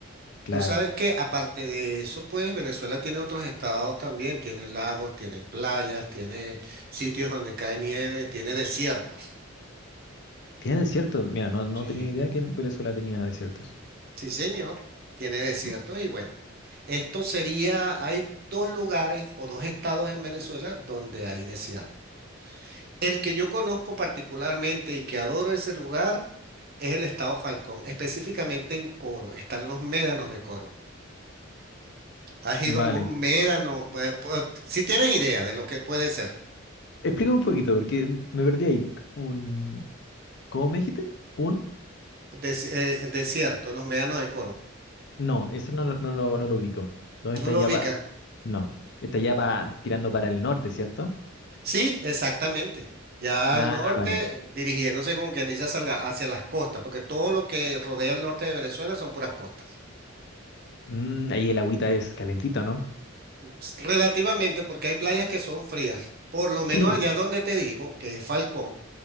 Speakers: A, on the left; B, on the right.
A: claro.
B: Tú sabes que aparte de eso, pues Venezuela tiene otros estados también, tiene lagos, tiene playas, tiene sitios donde cae nieve, tiene desiertos.
A: Tiene desiertos. Mira, no, no
B: Sí.
A: tenía idea que en Venezuela tenía desiertos.
B: Sí, señor, tiene desiertos
A: M-
B: y bueno, esto sería, hay dos lugares o dos estados en Venezuela donde hay desierto. El que yo conozco particularmente y que adoro ese lugar es el estado Falcón, específicamente en Coro, están los médanos de Coro. ¿Has ido
A: Vale.
B: a algún médano? Eh, pu- Si tienes idea de lo que puede ser,
A: Explica un poquito, porque me perdí ahí. Un, ¿cómo me dijiste? Un,
B: des- eh, el desierto, los médanos de Coro,
A: no, eso no, lo- no, lo- no lo ubico. ¿Dónde está
B: ¿no lo
A: ya
B: ubicas?
A: va No, está ya va tirando para el norte, ¿cierto?
B: Sí, exactamente. Ya
A: Ah,
B: al norte,
A: vale.
B: eh, dirigiéndose como quien dice hacia, la- hacia las costas, porque todo lo que rodea el norte de Venezuela son puras costas.
A: Mm, ahí el agüita es calentita, ¿no?
B: S- Relativamente, porque hay playas que son frías. Por lo menos
A: Sí.
B: allá donde te digo, que es Falcón,